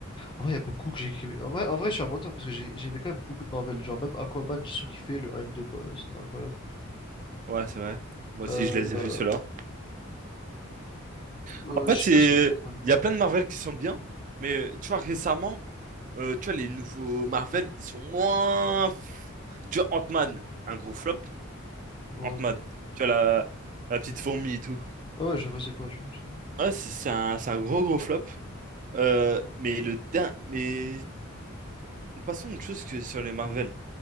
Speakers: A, on the left (about 25°); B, on the right (about 40°).
A: En vrai, il y a beaucoup que j'ai kiffé. En vrai, en vrai, je suis un menteur parce que j'ai j'ai aimé quand même beaucoup de Marvel. Genre, même Aquaman, j'ai surkiffé le un et le 2, pas- c'était incroyable.
B: Ouais, c'est vrai. Moi aussi,
A: Euh,
B: je les ai vus, ceux-là.
A: euh,
B: En fait,
A: je
B: c'est,
A: sais pas si le mettre en troisième.
B: il y a plein de Marvel qui sont bien, mais tu vois, récemment, euh, tu vois, les nouveaux Marvel, ils sont moins. Tu vois, Ant-Man, un gros flop.
A: Ouais,
B: Ant-Man,
A: non.
B: tu vois, la, la petite fourmi et tout.
A: Ah ouais, je vois c'est quoi. Je... je-
B: Ah, c'est c'est un, c'est un gros, gros flop. Euh, mais le din... Mais passons à autre chose que sur les Marvel.